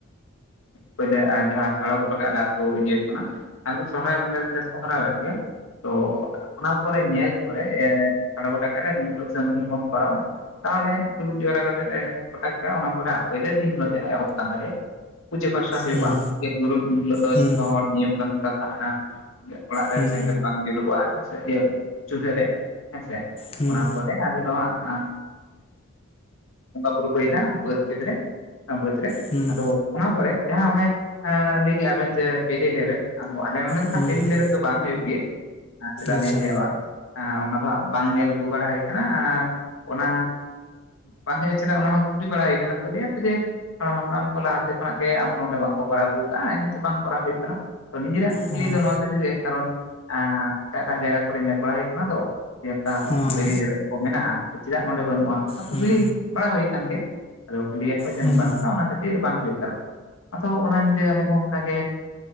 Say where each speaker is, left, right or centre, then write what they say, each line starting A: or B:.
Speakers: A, on the left; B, on the left.
A: ᱯᱳᱞᱳ ᱡᱟᱦᱟᱸ ᱪᱲ ᱠᱚᱴᱚ ᱠᱟᱜᱛ ᱤᱭᱟᱹᱼᱼ ᱚᱱᱟ ᱟᱞᱮ ᱫᱚ ᱥᱚᱦᱨᱟᱭ ᱵᱚᱸᱜᱟ ᱨᱮᱜᱮᱞᱮ ᱥᱚᱦᱚᱨᱟᱭ ᱜᱮᱭᱟ, ᱛᱚ ᱚᱱᱟᱼᱼ ᱛᱯᱚᱨᱮ ᱧᱮᱞ ᱯᱚᱨᱮ ᱥᱟᱲᱮ ᱜᱚᱴᱟ ᱠᱟᱜ ᱨᱮ ᱱ <unintelligible> ᱥᱩᱱ ᱡᱚᱠᱷᱚᱱ ᱠᱚᱨᱟᱣᱟ ᱛᱟᱦᱞᱮ ᱫᱩᱲᱩᱵ ᱡᱟᱣᱨᱟ ᱠᱟᱛᱮᱼᱼ ᱮᱫ ᱞᱮ ᱯᱚᱴᱟ ᱠᱮᱼᱟ ᱚᱱᱟ ᱯᱚᱨᱮ ᱯᱳᱭᱞᱳ ᱫᱤᱱ ᱦᱤᱞᱳᱜ ᱡᱟᱦᱟᱸ ᱮᱦᱚᱵ ᱠᱟᱱ ᱛᱟᱞᱮᱭᱟ ᱯᱩᱡᱟᱹ ᱯᱟᱥᱟᱼᱼ ᱦᱩᱭᱩᱜᱼᱟ
B: ᱦᱩᱸ
A: ᱵᱤᱨ ᱜᱩᱨᱩ ᱩᱱ ᱦᱤᱞᱳ ᱫᱚ
B: ᱦᱩᱸ
A: ᱡᱚᱛᱚ ᱦᱚᱲ ᱱᱤᱭᱚᱢ ᱛ ᱠᱟᱱ ᱛᱟᱦᱮᱱᱟ ᱚᱲᱟᱜ ᱨᱮ
B: ᱦᱩᱸ
A: ᱥᱮᱸᱜᱮᱞ ᱵᱟᱝᱼᱼ ᱡᱩᱞᱩᱜᱼᱟ ᱦᱮᱸ ᱤᱭᱟᱹ ᱪᱩᱞᱦᱟᱹ ᱨᱮ ᱦᱮᱸᱥᱮ
B: ᱦᱩᱸ
A: ᱚᱱᱟ ᱯᱚᱨᱮ ᱟᱞᱮ ᱫᱚ ᱦᱟᱜ᱾ ᱟᱸ, ᱵᱚᱸᱜᱟ ᱵᱩᱨᱩ ᱠᱚ ᱦᱩᱭᱱᱟ ᱵᱟᱫᱽ ᱠᱷᱮᱛ ᱨᱮ ᱵᱟᱫᱽ ᱨᱮ
B: ᱦᱩᱸ
A: ᱟᱫᱚ ᱚᱱᱟ ᱯᱚᱨᱮ ᱡᱟᱦᱟᱸ ᱚᱱᱮ ᱞᱟᱹᱭ ᱠᱮᱫᱼᱟ ᱵᱮᱱ ᱡᱮ ᱵᱤᱞᱤ ᱞᱮᱵᱮᱫᱽ ᱟᱫᱚ ᱟᱞᱮ ᱱᱚᱰᱮ ᱫᱚ
B: ᱦᱩᱸ
A: ᱦᱟᱜ ᱵᱮᱞᱤ ᱞᱮᱵᱮᱫᱽ ᱫᱚ ᱵᱟᱝ ᱦᱩᱭᱩᱜ ᱜᱮᱭᱟ, ᱪᱮᱫᱟᱜ
B: ᱟᱪᱪᱷᱟ
A: ᱞᱤᱧ ᱞᱟᱹᱭᱟ ᱵᱟᱝ ᱚᱱᱟ ᱫᱚ ᱦᱟᱸᱜ ᱵᱟᱝ ᱧᱮᱞ ᱟᱹᱜᱩ ᱵᱟᱲᱟ ᱦᱩᱭ ᱠᱟᱱᱟ ᱟᱨ ᱚᱱᱟ ᱵᱟᱝ ᱦᱮᱡ ᱪᱮᱫᱟᱜ ᱚᱱᱟ ᱦᱚᱸ ᱠᱩᱞᱤ ᱵᱟᱲᱟ ᱦᱩᱭ ᱠᱟᱱᱟ ᱛᱚᱞᱮᱭᱟ ᱡᱮᱼᱼ ᱦᱟᱲᱟᱢ-ᱦᱟᱯᱲᱟᱢ ᱠᱚ ᱞᱟᱦᱟ ᱛᱮ ᱠᱷᱚᱱᱟᱜ ᱜᱮ ᱟᱵᱚ ᱱᱚᱸᱰᱮ ᱵᱟᱝ ᱠᱚ ᱠᱚᱨᱟᱣ ᱟᱹᱜᱩ ᱠᱟᱜᱼᱟ, ᱤᱱᱟᱹᱛᱮ ᱵᱟᱝ ᱠᱚᱨᱟᱣ ᱦᱩᱭᱩᱜᱼᱟ᱾ ᱚ ᱱᱤᱡᱮᱨᱟ ᱠᱩᱠᱞᱤ
B: ᱦᱮᱸ
A: ᱫᱚ ᱱᱚᱣᱟ ᱠᱷᱟᱛᱤᱨ ᱜᱮ ᱠᱟᱨᱚᱱ ᱮᱴᱟᱜ ᱮᱴᱟᱜ ᱡᱟᱭᱜᱟ ᱠᱚᱨᱮ ᱧᱮᱞ ᱵᱟᱲᱟ ᱦᱩᱭ ᱟᱠᱟᱱᱟ ᱛᱚ ᱡᱮ
B: ᱦᱮᱸ
A: ᱵᱮᱞᱤ ᱞᱮᱵᱮᱫ ᱢᱮᱱᱟᱜᱼᱟ, ᱪᱮᱫᱟᱜ ᱱᱚᱰᱮ ᱵᱟᱹᱱᱩᱜᱼᱟ? ᱚᱱᱟ ᱠᱩᱠᱞᱤ
B: ᱦᱮᱸ
A: ᱵᱟᱲᱟ ᱦᱩᱭ ᱟᱠᱟᱱ ᱜᱮ, ᱟᱫᱚ ᱠᱩ ᱞᱤᱭᱟ ᱡᱮ
B: ᱦᱩᱸ
A: ᱱᱚᱝᱠᱟ ᱱᱚᱝᱠᱟ ᱚᱱᱟ ᱠᱷᱟᱹᱛᱤᱨ ᱵᱟᱝ ᱦᱩᱭᱩᱜ ᱠᱟᱱᱟ ᱟᱫᱚ ᱚᱱᱟ ᱧᱤᱫᱟᱹ ᱟᱞᱮᱦ ᱚᱱᱠᱟᱟᱜ ᱜᱮ